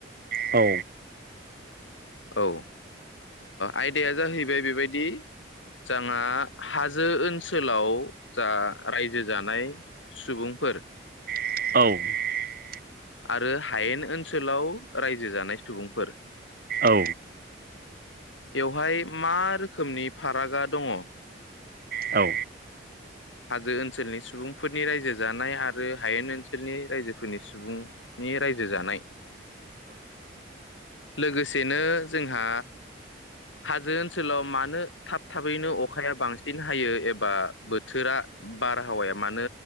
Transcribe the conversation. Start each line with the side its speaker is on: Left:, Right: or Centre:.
Right: औ
Left: औ ओ आयदाया जाहैबाय बेबायदि जांहा हाजो ओनसोलाव जा रायजो जानाय सुबुंफोर
Right: औ
Left: आरो हायेन ओनसोलाव रायजो जानाय सुबुंफोर
Right: औ
Left: बेवहाय मा रोखोमनि फारागा दङ?
Right: औ
Left: हाजो ओनसोलनि सुबुंफोरनि रायजो जानाय आरो हायेन ओनसोलनि रायजोफोरनि सुबुंनि रायजो जानाय लोगोसेनो जोंहा हाजो ओनसोलाव मानो थाब थाबैनो अखाया बांसिन हायो एबा बोथ थोरा बारहावाया मानो